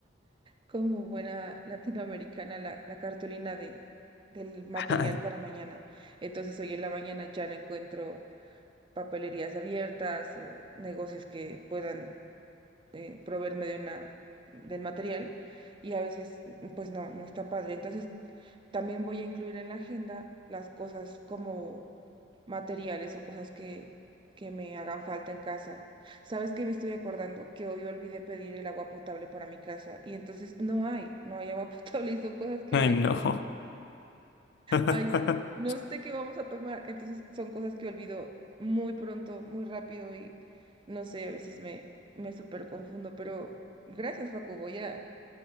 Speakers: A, on the right (about 25°); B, on the left (about 60°).
A: como buena latinoamericana la, la cartulina de, del material
B: <laughs>
A: para mañana. Entonces hoy en la mañana ya no encuentro papelerías abiertas o negocios que puedan eh, proveerme de una, del material y a veces pues no, no está padre. Entonces también voy a incluir en la agenda las cosas como materiales o cosas que, que me hagan falta en casa. ¿Sabes qué me estoy acordando? Que hoy olvidé pedir el agua potable para mi casa y entonces no hay, no hay agua <laughs> potable y son cosas que
B: Ay,
A: olvido
B: no. <laughs>
A: Ay, no sé qué vamos a tomar. Entonces son cosas que olvido muy pronto, muy rápido y no sé, a veces me, me súper confundo. Pero gracias, Facu. Voy a,